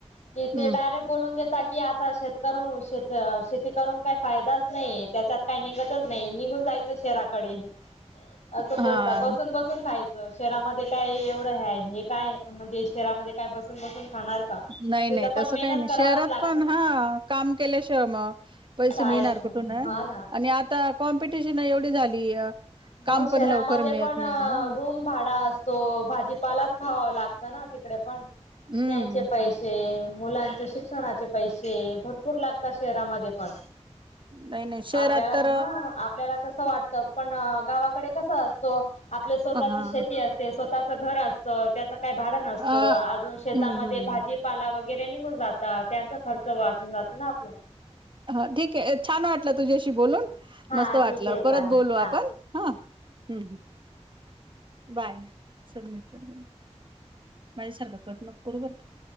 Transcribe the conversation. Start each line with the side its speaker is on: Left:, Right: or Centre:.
Left: कि
Right: हम्म
Left: ते डायरेक्ट बोलून घेतात की आता शेतकर श शेती करून काही फायदाच नाही. त्याच्यात काही निघतच नाही निघून जायचं शहराकडे असं
Right: हा
Left: बोलत बसून बसून खायचं. शहरामध्ये काय एवढं हे हे काय म्हणजे शहरामध्ये काय बसून बसून.
Right: नाही
Left: तिथ
Right: नाही
Left: पण
Right: तसं
Left: मेहनत
Right: काही नाही
Left: करावच
Right: शहरात
Left: लागत
Right: पण
Left: ना.
Right: हा काम केल्याशिवाय मग पैसे
Left: ह हं
Right: मिळणार कुठून आहे. आणि आता कॉम्पिटिशन एवढी झाली. काम
Left: मग शहरामध्ये
Right: पण लवकर मिळत
Left: पण
Right: नाही हा
Left: रूम भाडा असतो भाजीपाला. खावावं लागतं ना तिकडे पण
Right: हम्म
Left: त्यांचे पैसे. मुलांचे शिक्षणाचे पैसे भरपूर लागतात शहरामध्ये पण.
Right: नाही नाही शहरात
Left: आपल्याला
Right: तर
Left: हां आपल्याला तस वाटत पण. गावाकडे कस असतो आपल्या स्वतःची
Right: हा
Left: शेती असते. स्वतःच घर असत. त्याचं काही भाडं नसतो
Right: हम्म
Left: अजून शेतामध्ये
Right: हम्म
Left: भाजीपाला वगैरे निघून जातात त्यांचा खर्च वाचून जात. ना आपलं.
Right: हा ठीक आहे छान वाटला तुझ्याशी बोलून.
Left: हा
Right: मस्त वाटलं
Left: ठीक आहे
Right: परत
Left: चालेल
Right: बोलू
Left: हा
Right: आपण हा हम्. बाय सबमिट करला. माझ्यासारखं कट नको करू बर का.